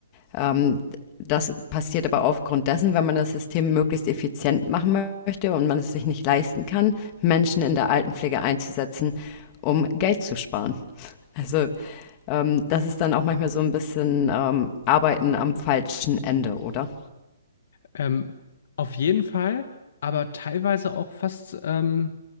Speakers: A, on the left; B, on the left.
A: Ähm, das passiert aber aufgrund dessen, wenn man das System möglichst effizient machen möchte und man es sich nicht leisten kann, Menschen in der Altenpflege einzusetzen, um Geld zu sparen. Also ähm, das ist dann auch manchmal so ein bisschen, ähm, Arbeiten am falschen Ende, oder?
B: Ähm, auf jeden Fall, aber teilweise auch fast ähm,